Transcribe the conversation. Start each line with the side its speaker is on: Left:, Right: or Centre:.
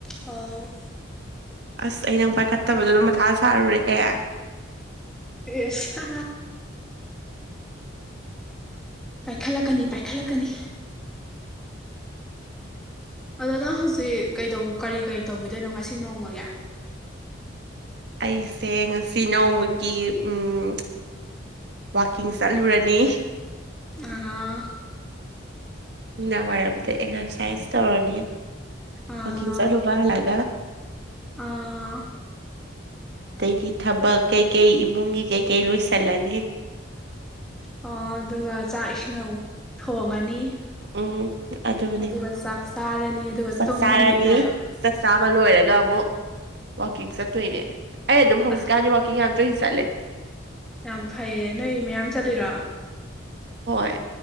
Centre: ꯑꯣ
Right: ꯑꯁ ꯑꯩ ꯅꯪ ꯄꯥꯏꯈꯠꯇꯕꯗꯣ ꯑꯗꯨꯝ ꯃꯊꯥ ꯁꯥꯔꯨꯔꯦꯍꯦ
Centre: ꯑꯦꯁ ꯄꯥꯏꯈꯠꯂꯛꯀꯅꯤ ꯄꯥꯏꯈꯠꯂꯛꯀꯅꯤ ꯑꯗꯥ ꯍꯧꯖꯤꯛ ꯀꯩꯗꯧ ꯀꯔꯤ ꯀꯔꯤ ꯇꯧꯈꯤꯗꯣꯏꯅꯣ ꯉꯁꯤ ꯅꯣꯡꯃꯒꯤ
Right: ꯑꯩꯁꯦ ꯉꯁꯤ ꯅꯣꯡꯃꯒꯤ ꯎꯝ ꯋꯥꯀꯤꯡ ꯆꯠꯂꯨꯔꯅꯤ
Centre: ꯑ
Right: ꯅꯨꯡꯗꯥꯡ ꯋꯥꯏꯔꯝꯗ ꯑꯦꯛꯁꯔꯁꯥꯏꯁ ꯇꯧꯔꯅꯤ
Centre: ꯑꯥ
Right: ꯋꯥꯛꯀꯤꯡ ꯆꯠꯂꯨꯕ ꯍꯜꯂꯒ
Centre: ꯑꯥ
Right: ꯗꯩꯗꯤ ꯊꯕꯛ ꯀꯩꯀꯩ ꯏꯃꯨꯡꯒꯤ ꯀꯩꯀꯩ ꯂꯣꯏꯁꯤꯜꯂꯅꯤ
Centre: ꯑꯣ ꯑꯗꯨꯒ ꯆꯥꯛ ꯏꯁꯤꯡ ꯑꯃꯨꯛ ꯊꯣꯡꯉꯅꯤ
Right: ꯎꯝ ꯑꯗꯨꯅꯦ
Centre: ꯑꯗꯨꯒ ꯆꯥꯛ ꯆꯥꯔꯅꯤ ꯑꯗꯨꯒ
Right: ꯆꯥꯛ
Centre: ꯇꯨꯝꯃꯅꯤ
Right: ꯆꯥꯔꯅꯤ
Centre: ꯀꯥꯏꯅꯣ
Right: ꯆꯥꯛ ꯆꯥꯕ ꯂꯣꯏꯔꯒ ꯑꯃꯨꯛ ꯋꯥꯀꯤꯡ ꯆꯠꯇꯣꯏꯅꯦ ꯑꯩ ꯑꯗꯨꯝ ꯍꯧꯖꯤꯛꯀꯥꯟ
Centre: ꯑꯁ
Right: ꯌꯥꯝ ꯇꯣꯏ ꯆꯠꯂꯦ
Centre: ꯌꯥꯝ ꯐꯩꯌꯦ ꯅꯣꯏ ꯃꯌꯥꯝ ꯆꯠꯂꯤꯔꯣ
Right: ꯍꯣꯏ